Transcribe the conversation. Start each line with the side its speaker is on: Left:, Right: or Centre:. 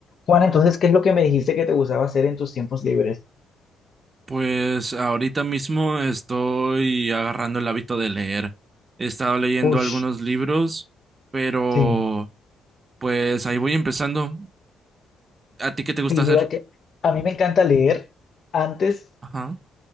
Left: Juan, entonces, ¿qué es lo que me dijiste que te gustaba hacer en tus tiempos libres?
Right: Pues ahorita mismo estoy agarrando el hábito de leer. He estado leyendo
Left: Ush,
Right: algunos libros, pero
Left: sí.
Right: pues ahí voy empezando. ¿A ti qué te gusta
Left: Sí, mira
Right: hacer?
Left: que a mí me encanta leer. Antes
Right: Ajá.